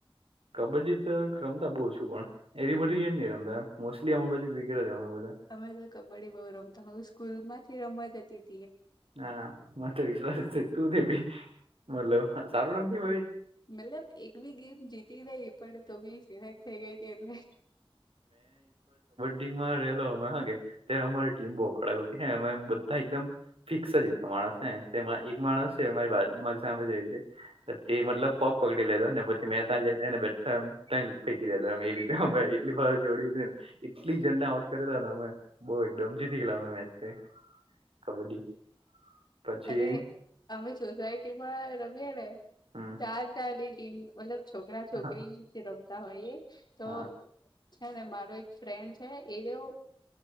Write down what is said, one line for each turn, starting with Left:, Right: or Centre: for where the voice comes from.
Right: કબડ્ડી તો રમતા બો ઓછું પણ એવી બધી એમની રમતા અમ મોસ્ટલી અમર બાજુ ક્રિકેટ જ રમે બ
Left: અમે તો કબડ્ડી બઉ રમતા હું સ્કૂલ માંથી રમા જતી
Right: હા મ તો વિશ્વાસ છે તું દવી મતલબ સારું રમતી ભાઈ
Left: મતલબ એક બી ગેમ જીત નઈ પડ તોબી થઈ ગઈ હતી એટલે
Right: લોમે હ ત્યારે અમારી ટીમ બહડ હતી હ અમે બધા એકમ ફિક્સ જ મા તેમાં એક માણસ છે મારી બાજ- મારી સામે જ રેય છે. તે મતલબ પગ પકડી લેતો ને પછી મે તા જઈને બે તમ-ફેલ-ફેંકી દેતા અમે એ રીતે અમે એટલી વાર જોડી ને એટલી જણને આઉટ કરેલા ને અમે બો એકદમ જીતી ગેલા મેચ તે કબડ્ડી પછી
Left: અરે, અમે સોસાયટીમાં રમીએે ને.
Right: હમ
Left: ચાર ચાર દિ તેમ મતલબ છોકરા છોકરી
Right: હા
Left: રમતા હોયએ તો
Right: હા
Left: છે ને મારો એક ફ્રેન્ડ છે એરયો